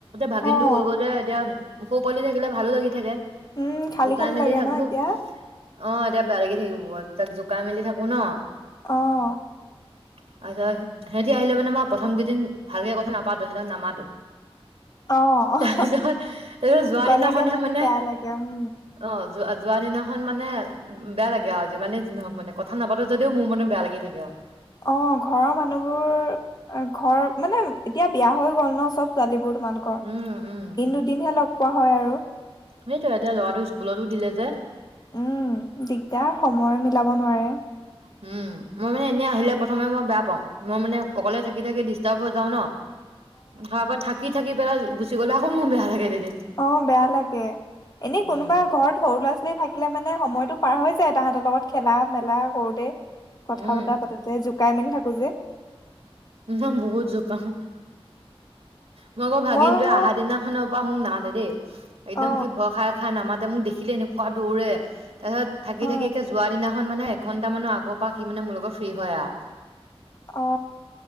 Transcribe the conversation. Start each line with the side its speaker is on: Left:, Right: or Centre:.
Right: ভাগিনটো
Left: অ',
Right: গ'লগৈ যে, এতিয়া সৰু পোৱালি থাকিলে ভাল লাগি থাকে।
Left: উম, খালি
Right: জোকাই
Left: খালি
Right: মেলি
Left: লাগে
Right: থাকোঁ,
Left: ন এতিয়া?
Right: অ', এতিয়া বেয়া লাগি থাকিব। <inaudible> তাক জোকাই-মেলি থাকোঁ ন।
Left: অ'
Right: <inaudible> সিহঁতি আহিলে মানে, মই প্ৰথম কেইদিন ভালকে কথা নাপাতো, সিহঁতক নামাতো।
Left: অ',
Right: তাৰপিছত, তাৰপিছত যোৱা
Left: গ'লেগে
Right: দিনাখনহে, মানে,
Left: বেয়া লাগে উম।
Right: অ' যোৱা যোৱা দিনাখন, মানে, বেয়া লাগে, আৰু যিমানেই যিহওক, মানে, কথা নাপাতো যদিও, মোৰ মনে বেয়া লাগি থাকে আৰু।
Left: অ, ঘৰৰ মানুহবোৰ ঘৰ মানে এতিয়া বিয়া হৈ গ'ল ন, চব ছোৱালী। তোমালোকৰ
Right: উম উম
Left: দিন দুদিনহে লগ পোৱা হয় আৰু।
Right: সেইটোৱে, এতিয়া ল'ৰাটো স্কুলতো দিলে যে।
Left: উম, দিগদাৰ সময় মিলাব নোৱাৰে।
Right: উম, মই মানে এনেই আহিলে, প্ৰথমে মই বেয়া পাওঁ। মই মানে অকলে থাকি থাকি ডিষ্টাৰ্ব হৈ যাওঁ ন। অ', থাকি থাকি পেলা গুচি গ'লগে, আকৌ মন বেয়া লাগে। তেতিয়া
Left: অ', বেয়া লাগে, এনে কোনোবা
Right: উম
Left: ঘৰত সৰু ল'ৰা-ছোৱালী থাকিলে মানে সময়তো পাৰ হৈ যায়, তাহতৰ লগত খেলা-মেলা কৰোঁতে, কথা-বতৰা
Right: উম
Left: পাতোঁতে, জোকাই-মেলি থাকোঁ যে।
Right: মই বহুত জোকাও। মোক আকৌ ভাগিনতোয়ে
Left: মই আৰু
Right: আহাৰ দিনাখনৰ পৰা মোক নামাতে দেই। একদম
Left: অ
Right: সি ভয় খাই-খাই নামাতে মোক দেখিলে এনেকুৱা দৌৰে। তাৰপিছত থাকি-থাকি
Left: অ
Right: একে যোৱাৰ দিনা খন মানে এঘন্টা মানৰ আগৰ পৰা সি মানে মোৰ লগত ফ্ৰী হয় আও
Left: অ